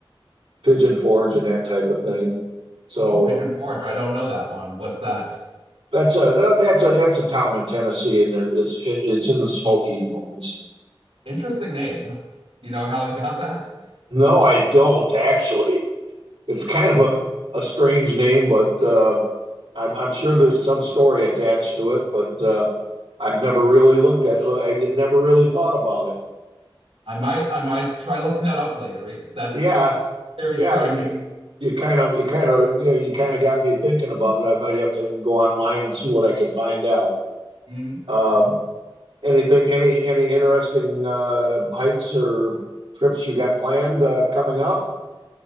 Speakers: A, on the right; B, on the right.
A: Pigeon Forge and that type of thing. So
B: Oh, Pigeon Forge. I don't know that one. What's that?
A: that's a that's a that's a town in Tennessee, and there it's it, it's in the Smoky Mountains.
B: Interesting name. You know how they got that?
A: No, I don't actually. It's kind of a, a strange name, but uh, I'm I'm sure there's some story attached to it. But uh, I've never really looked at. I never really thought about it.
B: I might I might try looking that up later. That's
A: Yeah,
B: very
A: yeah,
B: striking.
A: you you kind of you kind of you know, you kind of got me thinking about it. I might have to go online and see what I can find out.
B: Mhm,
A: Um,
B: mhm.
A: anything, any any interesting uh, hikes or trips you got planned uh, coming up?